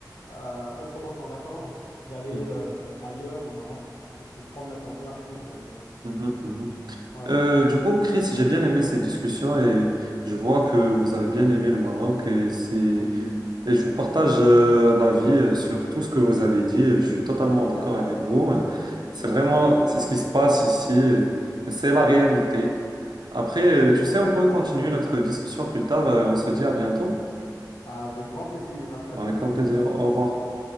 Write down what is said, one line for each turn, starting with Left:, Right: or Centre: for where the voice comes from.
Left: euh, autrement qu'en vacances, d'aller
Right: mhm,
Left: euh, ailleurs au Maroc pour, pour prendre la température, on va dire.
Right: mhm, mhm, mhm.
Left: Voilà.
Right: Euh, du coup, Chris, j'ai bien aimé cette discussion et je vois que vous avez bien aimé le Maroc et c'est
Left: Oui.
Right: et je vous partage euh, l'avis euh, sur tout ce que vous avez dit. Je suis totalement
Left: <laughs>
Right: d'accord avec vous.
Left: Merci.
Right: C'est vraiment c'est ce qui se passe ici. et C'est la réalité. Après, euh, tu sais, on peut continuer notre discussion plus tard. euh, On se dit à bientôt.
Left: Avec grand plaisir. À très
Right: Avec
Left: bientôt,
Right: grand
Left: Younes.
Right: plaisir. Au revoir.